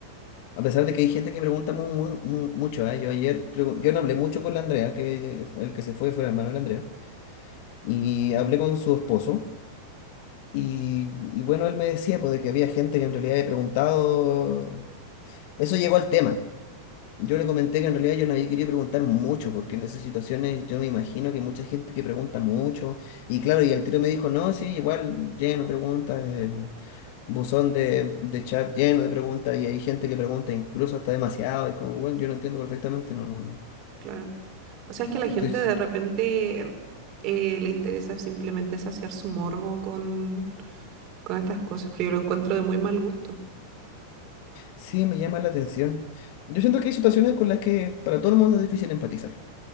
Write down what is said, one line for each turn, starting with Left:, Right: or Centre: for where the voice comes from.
Left: A pesar de que hay gente que pregunta mu- mu- mu- mucho, ¿eh? Yo ayer, pregu- yo no hablé mucho con la Andrea, que fue- el que se fue fue el hermano de la Andrea, y hablé con su esposo, y, y bueno, él me decía pues, de que había gente que en realidad había preguntado, eso llegó al tema, Yo le comenté que en realidad yo no había querido preguntar mucho, porque en esas situaciones yo me imagino que hay mucha gente que pregunta mucho. Y claro, y el tiro me dijo, no, sí, igual lleno de preguntas, el buzón de, de chat lleno de preguntas, y hay gente que pregunta incluso hasta demasiado, y como, bueno, yo lo entiendo perfectamente, no
Right: claro. O sea, es que la
Left: no
Right: gente
Left: estoy...
Right: de repente eh, le interesa simplemente saciar su morbo con, con estas cosas, pero yo lo encuentro de muy mal gusto.
Left: Sí, me llama la atención. Yo siento que hay situaciones con las que para todo el mundo es difícil empatizar.